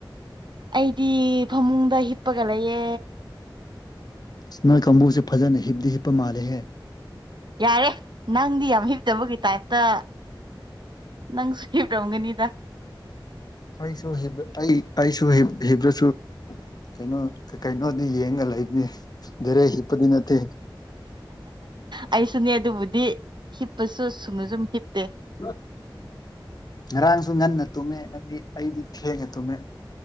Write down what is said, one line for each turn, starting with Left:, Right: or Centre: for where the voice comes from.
Right: ꯑꯩꯗꯤ ꯐꯃꯨꯡꯗ ꯍꯤꯞꯄꯒ ꯂꯩꯌꯦ
Left: ꯅ‌ꯣꯏ ꯀꯥꯡꯕꯨꯁꯦ ꯐꯖꯅ ꯍꯤꯞꯗꯤ ꯍꯤꯞꯄ ꯃꯥꯜꯂꯦꯍꯦ
Right: ꯌꯥꯔꯦ ꯅꯪꯗꯤ ꯌꯥꯝ ꯍꯤꯞꯇꯕꯒꯤ ꯇꯥꯏꯞꯇ ꯅꯪ ꯁꯨ ꯍꯤꯞꯔꯝꯒꯅꯤꯗꯥ
Left: ꯑꯩꯁꯨ ꯍꯤꯞ ꯑꯩ ꯑꯩꯁꯨ ꯍꯤꯞ ꯍꯤꯞꯔꯁꯨ ꯀꯩꯅꯣ ꯀꯩꯀꯩꯅꯣꯗꯤ ꯌꯦꯡꯉ ꯂꯩꯕꯅꯤ ꯗ‌ꯦꯔꯦꯛ ꯍꯤꯞꯄꯗꯤ ꯅꯠꯇꯦ
Right: ꯑꯩꯁꯨꯅꯦ ꯑꯗꯨꯕꯨꯗꯤ ꯍꯤꯞꯄꯁꯨ ꯁꯨꯝꯅ ꯁꯨꯝ ꯍꯤꯞꯇꯦ
Left: <unintelligible> ꯉꯔꯥꯡꯁꯨ ꯉꯟꯅ ꯇꯨꯝꯃꯦ ꯅꯪꯗꯤ ꯑꯩꯗꯤ ꯊꯦꯡꯉ ꯇꯨꯝꯃꯦ